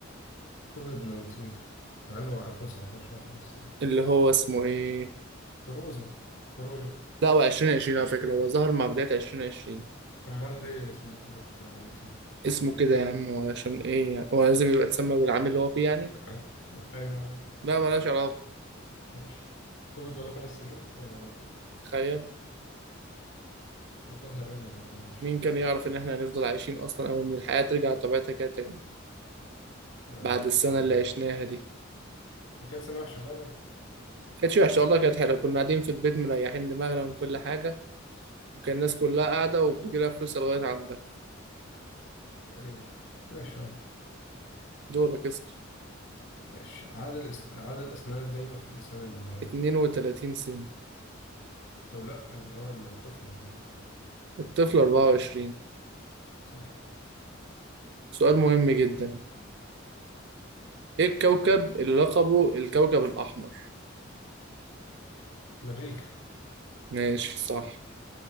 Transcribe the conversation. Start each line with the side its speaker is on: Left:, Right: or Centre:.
Left: كوفيد 19 مع إنه وقفوه 19 يعني بس ماشي
Right: اللي هو اسمه ايه؟
Left: كوروزة كورونا
Right: لا هو 2020 على فكرة هو ظهر مع بداية 2020
Left: أمال ليه اسمه كوفيد 19؟
Right: اسمه كده يا عم هو عشان ايه يعني؟ هو لازم يبقى اتسمى بالعام اللي هو فيه يعني
Left: <laughs> أيوة يا عم
Right: لا ملهاش علاقة
Left: ماشي كوفيد بقاله خمس سنين يا نهار أبيض
Right: تخيل
Left: لقد هرمنا والله يا درش
Right: مين كان يعرف ان احنا هنفضل عايشين اصلا او ان الحياة ترجع لطبيعتها كده تاني
Left: اه
Right: بعد السنة
Left: سبحان الله
Right: اللي عشناها
Left: يا أخي
Right: دي
Left: هي كانت سنة وحشة فعلا
Right: كانت وحشة والله كانت حلوة كنا قاعدين في البيت مريحين دماغنا من كل حاجة وكان الناس كلها قاعدة وبتجيلها فلوس لغاية عندها
Left: تقريبا ماشي يلا
Right: دورك اسأل
Left: ماشي عدد الأسن... عدد الأسنان الدايمة في الإنسان ال-
Right: 32 سنة
Left: طب لا اللي هو الطفل اللي هو
Right: الطفل 24
Left: صح
Right: سؤال مهم جدا ايه الكوكب اللي لقبه الكوكب الأحمر
Left: مريخ
Right: ماشي صح